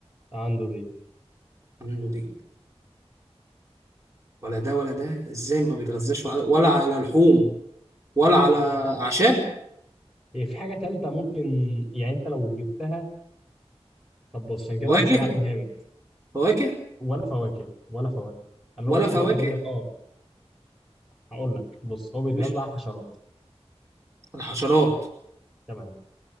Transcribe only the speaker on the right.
عنده ديل ولا ده ولا ده إزاي ما بيتغذاش على- ولا على لحوم ولا على أعشاب
فواكه
فواكه
ولا
فواكه
مش
الحشرات